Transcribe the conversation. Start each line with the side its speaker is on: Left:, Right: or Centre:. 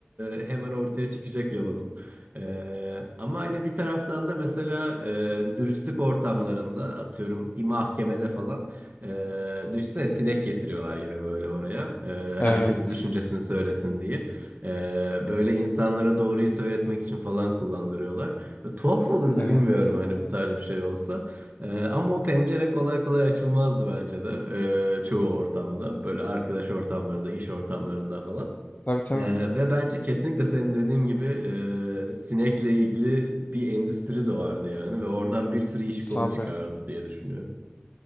Right: e, hemen ortaya çıkacak yalın. E, ama hani bir taraftan da mesela e, dürüstlük ortamlarında atıyorum bir mahkemede falan e, düşünsene sinek getiriyorlar yine böyle oraya. E,
Left: Evet.
Right: herkesin düşüncesini söylesin diye. E, böyle insanlara doğruyu söyletmek için falan kullandırıyorlar. Ve Tuhaf olurdu
Left: Evet.
Right: bilmiyorum hani bu tarz bir şey olsa. Ee, ama o pencere kolay kolay açılmazdı bence de ee, çoğu ortamda. Böyle arkadaş ortamlarında, iş ortamlarında falan.
Left: Tabii tabii.
Right: Ee, ve bence kesinlikle senin dediğin gibi ee, sinekle ilgili bir endüstri doğardı yani. Ve oradan bir sürü iş
Left: Sami.
Right: kolu çıkardı diye düşünüyorum.